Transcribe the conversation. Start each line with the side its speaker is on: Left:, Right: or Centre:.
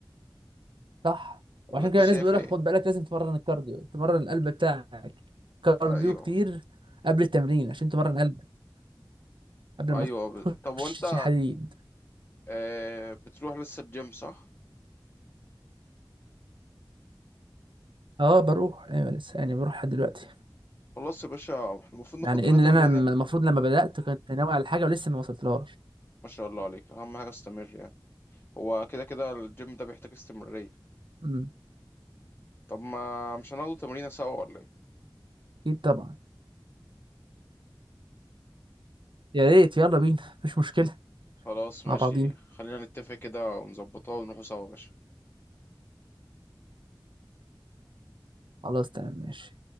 Right: صح
Left: ولا
Right: وعشان
Left: انت
Right: كده
Left: شايف
Right: الناس بيقول
Left: ايه
Right: لك خد بالك لازم تمرن الكارديو تمرن القلب بتاعك كارديو
Left: ايوه
Right: كتير قبل التمرين عشان تمرن
Left: م.
Right: قلبك قبل
Left: ايوه
Right: ما
Left: ب... طب وانت
Right: تخش تشيل حديد
Left: آه بتروح لسه الجيم صح
Right: اه بروح ايوه لسه يعني بروح لحد دلوقتي
Left: خلاص يا باشا احنا المفروض ناخد
Right: يعني
Left: لنا
Right: ان
Left: تمرينه
Right: انا المفروض لما بدات كنت ناوي على حاجه ولسه ما وصلتلهاش
Left: ما شاء الله عليك اهم حاجه استمر يعني هو كده كده الجيم ده بيحتاج استمرارية
Right: امم
Left: طب ما مش هناخده تمرينة سوا ولا ايه
Right: اكيد طبعا يا ريت يلا بينا مفيش مشكلة
Left: خلاص ماشي
Right: مع بعضينا
Left: خلينا نتفق كده ونظبطها ونروحوا سوا يا باشا
Right: خلاص تمام ماشي